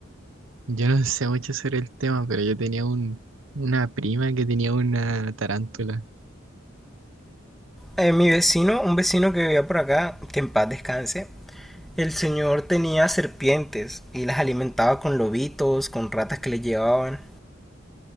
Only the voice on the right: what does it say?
yo no sé mucho sobre el tema, pero yo tenía un, una prima que tenía una tarántula.